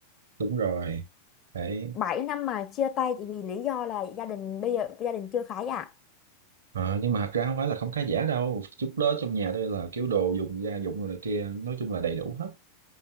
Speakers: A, on the right; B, on the left.
A: đúng rồi đấy
B: bảy năm mà chia tay chỉ vì lý do là gia đình bây giờ gia đình chưa khá giả
A: Ờ, nhưng mà thật ra không phải là không khá giả đâu chút đó trong nhà tôi là kiểu đồ dùng gia dụng rồi này kia nói chung là đầy đủ hết